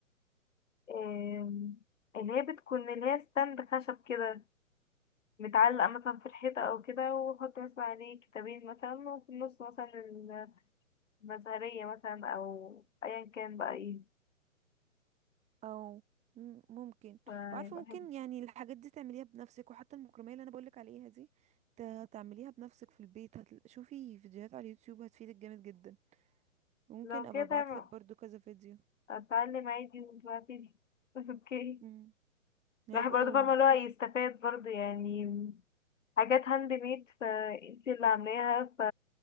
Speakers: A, on the left; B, on the right.
A: آه اللي هي بتكون اللي هي ستاند خشب كده متعلقة مثلا في الحيطة أو كده وأحط مثلا عليه كتابين مثلا وفي النص مثلا المزهرية مثلا أو أيا كان بقى إيه.
B: او مم- ممكن
A: فيبقى
B: وعارفه ممكن
A: حلو
B: يعني الحاجات دي تعمليها بنفسك وحتى المكرميه اللي انا بقولك عليها دي ت- تعمليها بنفسك في البيت هتل... شوفي فيديوهات على اليوتيوب هتفيدك جامد جدا ممكن
A: لو
B: ابقى
A: كده
B: ابعتلك
A: تمام،
B: برضو كذا فيديو
A: اتعلم عادي دلوقتي <laughs> اوكي
B: امم هيبقوا
A: الواحد برضه فاهمة اللي هو يستفاد برضه يعني حاجات هاند ميد فانتي اللي عاملاها ف